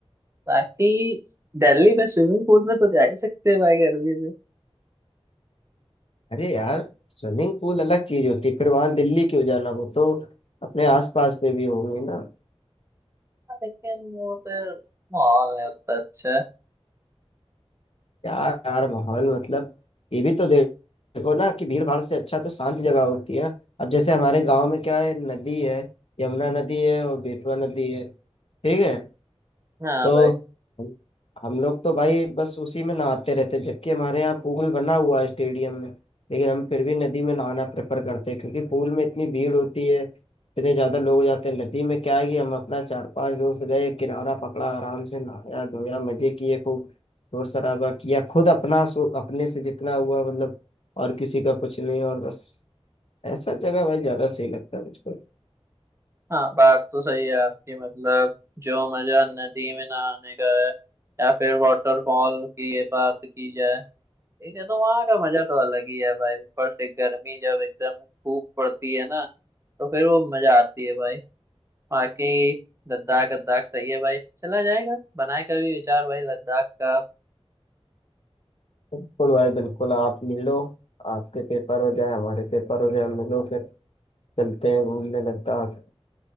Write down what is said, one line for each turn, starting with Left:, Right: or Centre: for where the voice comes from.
Right: बाकी दिल्ली में स्विमिंग पूल में तो जा ही सकते हैं भाई गर्मी में
Left: अरे यार स्विमिंग पूल अलग चीज होती है फिर वहां दिल्ली क्यों जाना वो तो अपने आसपास पे भी होंगे ना
Right: हाँ, लेकिन वो फिर माहौल नहीं उतना अच्छा है
Left: यार यार माहौल मतलब ये भी तो देख- देखो ना कि भीड़ भाड़ से अच्छा तो शांत जगह होती है ना अब जैसे हमारे गांव में क्या है नदी है यमुना नदी है और बेतवा नदी है ठीक है
Right: हाँ
Left: तो
Right: भाई
Left: हम हम लोग तो भाई बस उसी में नहाते रहते जबकि हमारे यहाँ पूल बना हुआ है स्टेडियम में लेकिन हम फिर भी नदी में नहाना प्रेफर करते हैं क्योंकि पूल में इतनी भीड़ होती है इतने ज्यादा लोग हो जाते हैं नदी में क्या है कि हम अपना चार पांच दोस्त गए किनारा पकड़ा आराम से नहाया धोया मजे किए खूब शोर शराबा किया खुद अपना सो अपने से जितना हुआ मतलब और किसी का कुछ नहीं और बस ऐसा जगह भाई ज्यादा सही लगता है मुझको
Right: हाँ बात तो सही है आपकी मतलब जो मजा नदी में नहाने का है या फिर वाटरफॉल की ये बात की जाए लेकिन तो वहां का मजा तो अलग ही है भाई ऊपर से गर्मी जब एकदम खूब पड़ती है ना तो फिर वो मजा आती है भाई बाकी लद्दाख लद्दाख सही है भाई चला जाएगा बनाए कभी विचार भाई लद्दाख का
Left: बिल्कुल भाई बिल्कुल आप मिलो आपके पेपर हो जाए हमारे पेपर हो जाए मिलो फिर चलते हैं घूमने लद्दाख